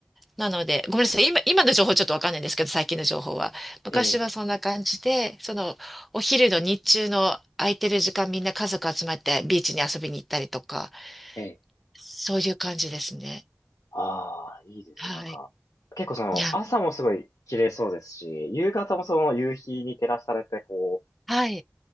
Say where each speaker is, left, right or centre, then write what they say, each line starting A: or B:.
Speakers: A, in the centre; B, on the left (about 85°).
A: なので、
B: ええ、
A: ごめんなさい。今、今の情報ちょっとわかんないんですけど、最近の情報は。昔はそんな感じで、
B: ええ、
A: その、お昼の日中の空いてる時間みんな家族集まってビーチに遊びに行ったりとか、
B: ええ
A: そういう感じですね。
B: ああ、いいですね。
A: はい。
B: なんか、結構その朝もすごい綺麗そうですし、
A: いや、
B: 夕方もその夕日に照らされてこう、
A: はい。い